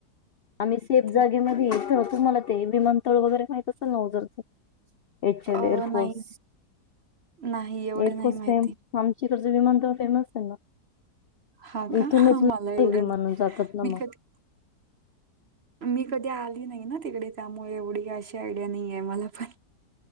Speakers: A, on the left (about 65°); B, on the right (about 45°).
A: आम्ही सेफ
B: ते
A: जागेमध्ये येतो होतो मला ते विमानतळ वगैरे माहित असेल ना ओझर च <unintelligible> एच एल
B: अ
A: एअरफोर्स
B: नाही नाही एवढे
A: एअरफोर्स
B: नाही माहिती
A: प आमकडचं विमान थ फेमस आहे ना
B: हा
A: <unintelligible>
B: का
A: इथूनच
B: मला एवढं
A: विमान
B: नाही.
A: जातात ना
B: मी
A: मग
B: कधी मी कधी आली नाही ना तिकडे त्यामुळे एवढी काय अशी आयडिया नाही आहे मला पण